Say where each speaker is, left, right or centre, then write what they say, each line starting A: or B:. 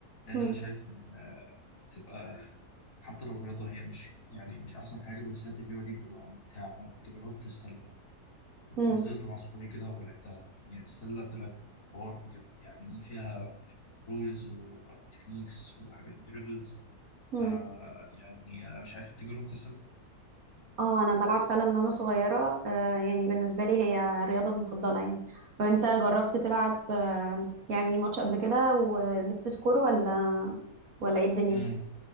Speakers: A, on the left (about 70°); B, on the right (about 60°).
A: لان
B: مم.
A: انا شايف ان آه، بتبقى حتى لو الرياضه هي مش يعني مش احسن حاجه بس هي التجربه دي بتبقى ممتعه فانا كنت جربت السله كنت
B: مم.
A: نزلت مع اصحابي كده ولعبتها يعني السله طلعت حوار بجد يعني فيها رولز وتكنيكس وحاجات دريبلز ف
B: مم.
A: يعني انا مش عارف انت جربت السله
B: اه انا بلعب سلة من وانا صغيرة آه يعني بالنسبة لي هي الرياضة المفضلة يعني طب انت جربت تلعب آه يعني ماتش قبل كده وجبت سكور ولا ولا ايه الدنيا؟
A: امم